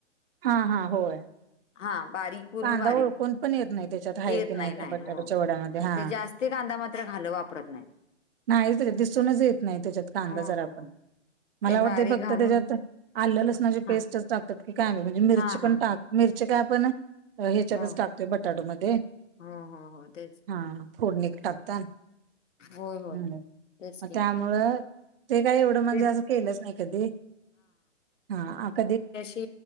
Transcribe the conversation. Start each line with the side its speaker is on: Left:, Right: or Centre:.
Right: हा हा होय
Left: हा बारीक. पूर्ण
Right: कांदा
Left: बारीक.
Right: ओळखून पण येत नाही त्याच्यात आहे
Left: येत
Right: की
Left: नाही, नाही.
Right: त्या बटाटोच्या
Left: हो.
Right: वड्यामध्ये हा
Left: ते जास्ती कांदा मात्र घालू आप पूरत नाही.
Right: नाही ते दिसूनच येत नाही, त्याच्यात. कांदा
Left: हो
Right: जरा
Left: हो
Right: पण.
Left: हो
Right: मला
Left: ते
Right: वाटतं,
Left: बारीक
Right: फक्त
Left: घालून
Right: त्याज्यात आलं - लसणाची
Left: हा
Right: पेस्टच टाकतात की काय? म्हणजे मिरची
Left: हा
Right: पण
Left: हा
Right: टा मिरची काय पण ह्याच्यातच
Left: हो
Right: टाकतोय, बटाटोमध्ये.
Left: हो हो हो तेच
Right: हा फोडणीत टाक ता.
Left: होय होय
Right: हम्,
Left: तेच
Right: मग
Left: की
Right: त्यामुळं ते काय एवढं म्हणजे,
Left: ते,
Right: असं केलंच नाही कधी. हा, कधी
Left: कि,